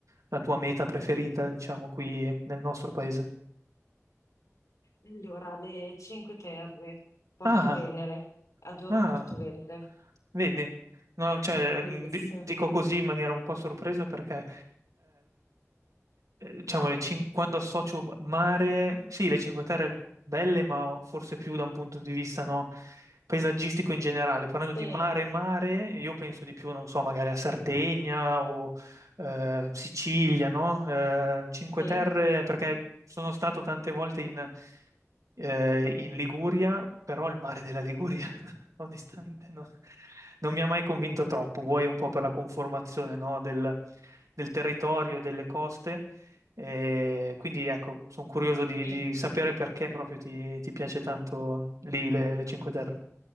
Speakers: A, on the right (about 85°); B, on the left (about 85°).
A: la tua meta preferita, diciamo, qui nel nostro paese?
B: Allora, le Cinque Terre, Porto
A: Ah,
B: Venere, adoro
A: ah,
B: Porto Venere,
A: vedi, no, cioè,
B: bellissimo.
A: mh, di- dico così in maniera un po' sorpresa perché eh, diciamo, le cin- quando associo mare, sì, le Cinque Terre belle, ma forse più da un punto di vista no, paesaggistico in generale. Parlando
B: Sì,
A: di mare, mare, io penso di più, non so, magari a Sardegna o eh, Sicilia, no? Eh, Cinque
B: sì,
A: Terre, perché sono stato tante volte in eh, in Liguria, però il mare della Liguria <laughs> onestamente non, non mi ha mai convinto troppo, vuoi un po' per la conformazione, no, del, del territorio e delle coste, eh, quindi ecco, sono curioso di,
B: sì.
A: di sapere perché proprio ti, ti piace tanto lì le, le Cinque Terre.